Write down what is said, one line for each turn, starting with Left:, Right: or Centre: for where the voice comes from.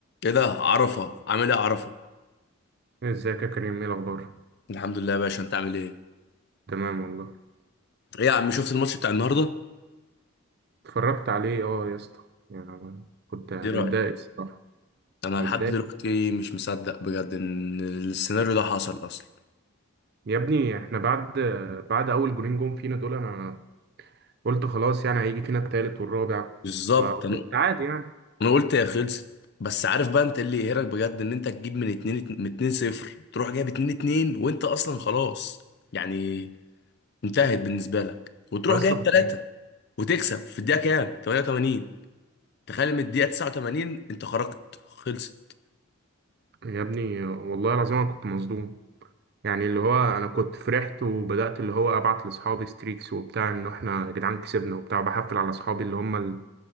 Left: ايه ده عرفة عامل ايه عرفة
Right: ازيك يا كريم ايه الاخبار
Left: الحمد لله يا باشا انت عامل ايه
Right: تمام والله
Left: ايه يا عم شفت الماتش بتاع النهارده
Right: اتفرجت عليه اه يا اسطى يعني كنت متضايق
Left: ايه رأيك
Right: الصراحه
Left: انا
Right: متضايق
Left: لحد دلوقتي مش مصدق بجد ان السيناريو ده حصل اصلا
Right: يا ابني احنا بعد بعد اول جولين جون فينا دول انا قلت خلاص يعني هيجي فينا التالت والرابع
Left: بالظبط
Right: فكنت
Left: انا
Right: عادي يعني
Left: انا قلت يا خلصت بس عارف بقى انت اللي يقهرك بجد ان انت تجيب من 2 من 2 0 تروح جايب 2 2 وانت اصلا خلاص يعني انتهت بالنسبة لك وتروح
Right: يا اسطى
Left: جايب
Right: كنت
Left: 3 وتكسب في الدقيقة كام 88 تخيل من الدقيقة 89 انت خرجت خلصت
Right: يا ابني والله العظيم انا كنت مصدوم يعني اللي هو انا كنت فرحت وبدات اللي هو ابعت لاصحابي ستريكس وبتاع ان احنا يا جدعان كسبنا وبتاع بحفل على اصحابي اللي هم ال-